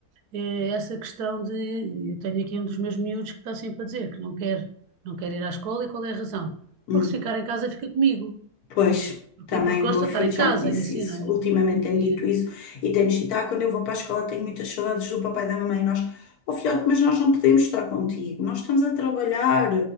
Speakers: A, on the right; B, on the left.
A: eh, essa questão de... Eu tenho aqui um dos meus miúdos que está sempre a dizer que não quer, não quer ir à escola e qual é a razão?
B: Hum.
A: Porque se ficar em casa fica comigo.
B: Pois, também
A: e porque
B: o meu
A: gosta
B: filho
A: de estar em
B: já
A: casa
B: me disse
A: e assim,
B: isso.
A: não é?
B: Ultimamente tem-me
A: E-
B: dito isso e tem-nos dito: ah, quando eu vou para a escola tenho muitas saudades do papai e da mamãe. E nós, oh filhote, mas nós não podemos estar contigo. Nós estamos a trabalhar